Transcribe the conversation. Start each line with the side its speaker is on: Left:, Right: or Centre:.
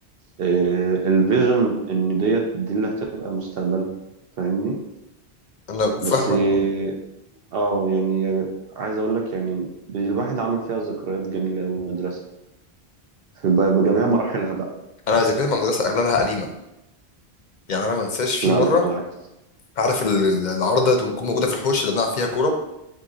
Right: آه، الفيجن ان ديت دي اللي هتبقى مستقبله فاهمني
Left: انا
Right: بس
Left: فاهمك
Right: اه
Left: اه.
Right: آه، يعني عايز اقول لك يعني الواحد عمل فيها ذكريات جميله قوي المدرسه في ب- بجميع مراحلها بقى
Left: انا ذاكرتي مع المدرسه اغلبها قديمه يعني انا ما انساش في
Right: لا
Left: مره
Right: لا بالعكس
Left: عارف ال- ال- العارضه اللي بتكون موجوده في الحوش اللي بنلعب فيها كوره